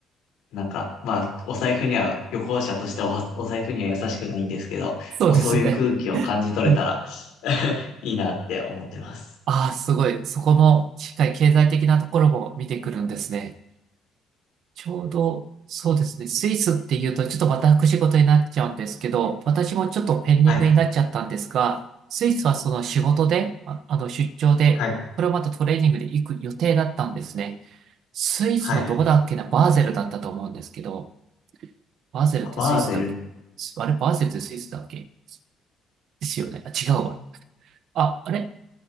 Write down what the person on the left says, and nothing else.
なんか、まあお財布には、旅行者としてはおお財布には優しくないんですけど、
まあそういう空気を感じ取れたら
<laughs> いいなって思ってます。
はい、
はい、
はい。
バーゼル。